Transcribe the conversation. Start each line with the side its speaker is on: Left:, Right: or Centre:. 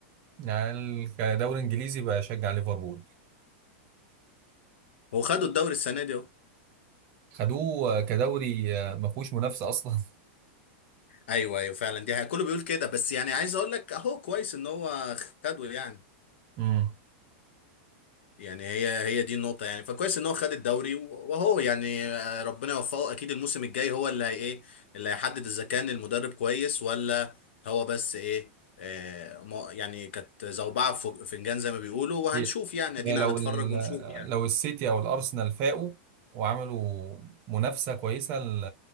Right: يعني ال- كدوري انجليزي بشجع ليفربول
Left: هو خدوا الدوري السنة دي
Right: خدوه كدوري ما فيهوش منافسة اصلا <laughs>
Left: ايوه ايوه فعلا دي حقيقة. كله بيقول كده بس يعني عايز اقول لك اهو كويس ان هو خده يعني
Right: امم
Left: يعني هي هي دي النقطة يعني فكويس ان هو خد الدوري وهو يعني آه، ربنا يوفقه اكيد الموسم الجاي هو اللي هي ايه اللي هيحدد اذا كان المدرب كويس ولا هو بس ايه آه ما- يعني كانت زوبعة في فنجان زي ما بيقولوا وهنشوف
Right: هي
Left: يعني ادينا
Right: هي لو
Left: هنتفرج
Right: ال-
Left: ونشوف يعني
Right: لو السيتي او الارسنال فاقوا وعملوا منافسة كويسة ال-